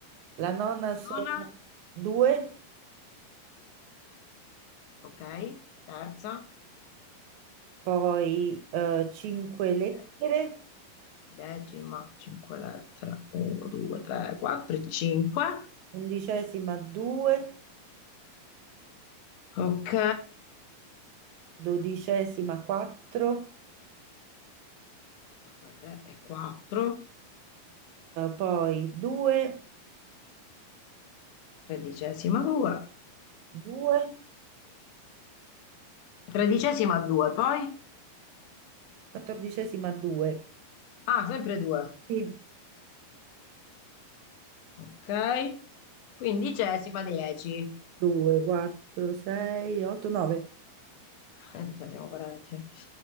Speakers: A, on the right; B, on the left.
A: la nonna sono
B: Nona.
A: 2,
B: Ok. Terza.
A: poi 5 lettere,
B: Dec- Decima. Cinque lettere. Uno, due, tre, quattro e cinque.
A: undicesima 2,
B: Ok.
A: dodicesima 4,
B: Due, tre e quattro.
A: poi 2,
B: Tredicesima 2.
A: 2,
B: Tredicesima 2, poi?
A: quattordicesima 2,
B: Ah, sempre 2.
A: Sì.
B: Ok. Quindicesima 10.
A: 2, 4, 6, 8, 9.
B: Eh, Cioè, siamo parenti.